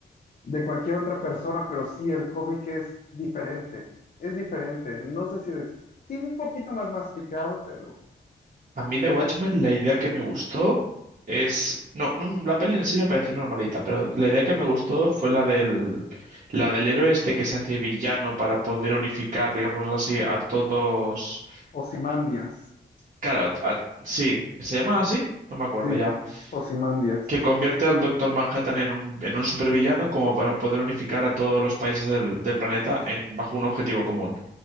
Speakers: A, on the left; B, on the right.
A: de cualquier otra persona, pero sí, el cómic es diferente. Es diferente. No sé si es, sí, un poquito más masticado, pero
B: A mí de Watchmen la idea que me gustó es... No, no, la peli en sí me pareció normalita, pero la idea que me gustó fue la del, la del héroe este que se hace villano para poder unificar, digamos así, a todos...
A: Ozymandias.
B: Claro, a- a- sí, ¿se llama así? No me acuerdo
A: Sí,
B: ya.
A: Ozymandias.
B: Que convierte al Doctor Manhattan en un, en un supervillano como para poder unificar a todos los países del, del planeta en, bajo un objetivo común.